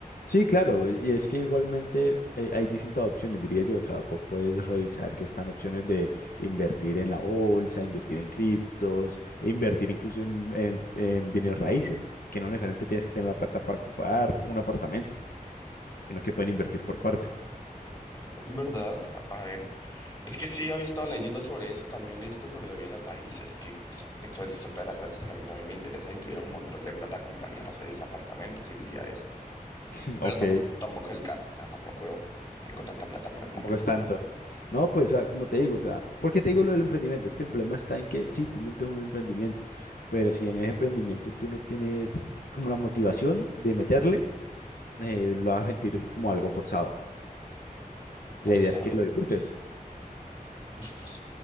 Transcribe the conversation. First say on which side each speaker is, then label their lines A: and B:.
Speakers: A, on the left; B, on the left.
A: Sí, claro, y es que igualmente eh, hay distintas opciones, diría yo. O sea, vos puedes revisar que están opciones de invertir en la bolsa, invertir en criptos, e invertir incluso en, en- en bienes raíces, que no necesariamente tienes que tener la plata para comprar un apartamento, sino que pueden invertir por partes.
B: Pues Es verdad, a a ver. Es que sí, había estado leyendo sobre eso, también he visto sobre los bienes raíces, que pues de hecho es otra de las cosas que a mí también me interesa, y tuviera un montón de plata, compraría, no sé, 10 apartamentos y viviría de eso.
A: <laughs>
B: Pero
A: Ok,
B: tampoco, tampoco es el caso, o sea, tampoco tengo tanta plata por el momento,
A: tampoco es tanto. No, pues, o sea, como te digo, o sea, ¿por qué te digo lo del emprendimiento? Es que el problema está en que sí, tú montes un emprendimiento, pero si en ese emprendimiento tú no tienes como la motivación de meterle eh, lo vas a sentir como algo forzado.
B: forzado.
A: Y la idea es que lo disfrutes.
B: Uf, pues,